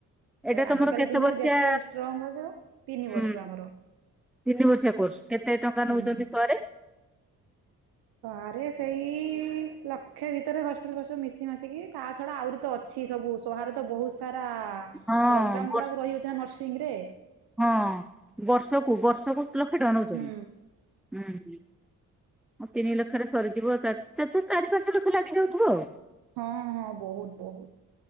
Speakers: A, in the centre; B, on the right (about 60°).
A: ଏଇଟା ତମର
B: ଆଜିକାଲି
A: କେତେ
B: ଦୁନିଆ
A: ବର୍ଷିଆ
B: ଯେତେ ଷ୍ଟ୍ରଙ୍ଗ ହେବ। ତିନି
A: ହୁଁ
B: ବର୍ଷ ଆମର।
A: ତିନି ବସିିଆ କୋର୍ସ କେତେ ଟଙ୍କା
B: ହୁଁ।
A: ନେଉଛନ୍ତି ସରେ।
B: ସରେ ସେଇ ଲକ୍ଷେ ଭିତରେ ହଷ୍ଟେଲ ଫଷ୍ଟେଲ ମିଶି ମାସିକି। ତା ଛଡା ଆହୁରି ତ ଅଛି ସବୁ ସହାରେ ତ ବହୁତ ସାରା
A: ହଁ
B: ପ୍ରୋଗ୍ରାମ
A: ବର୍ଷ
B: ଗୁଡାକ ରହିଯାଉଚି ନା ନର୍ସିଂ ରେ
A: ହଁ, ବର୍ଷକୁ ବର୍ଷକୁ ଲକ୍ଷେ ଟଙ୍କା ନେଉଛନ୍ତି
B: ହୁଁ
A: ହୁଁ। ତିନି ଲକ୍ଷରେ ସରିଯିବ ଚାର ଚା ଚା ଚାରି ପାଞ୍ଚ ଲକ୍ଷ ଲାଗିଯାଉଥିବ ଆଉ।
B: ହଁ ହଁ ବହୁତ ବହୁତ।